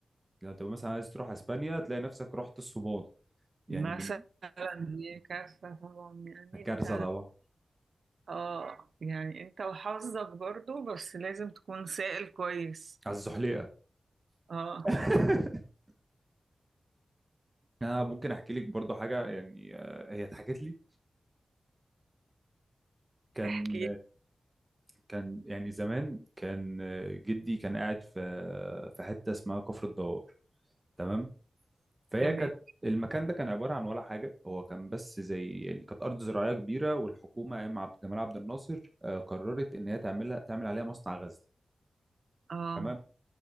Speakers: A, on the right; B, on the right.
A: لو تبقى مثلا عايز تروح اسبانيا تلاقي نفسك رحت الصومال يعني
B: مثلا
A: من
B: دي كارثة طبعا يعني
A: الكارثه
B: أنت
A: طبعا
B: اه يعني انت وحظك برضو بس لازم تكون سائل كويس
A: على الزحليقه
B: اه
A: <laughs> انا ممكن احكي لك برضو حاجه يعني آه، هي اتحكت لي كان
B: احكي
A: كان يعني زمان كان آه، جدي كان قاعد في في حته اسمها كفر الدوار تمام فهي
B: تمام
A: كانت المكان ده كان عباره عن ولا حاجه هو كان بس زي يعني كانت ارض زراعيه كبيره والحكومه ايام عبد جمال عبد الناصر آه، قررت ان هي تعملها تعمل عليها مصنع غزل
B: اه
A: تمام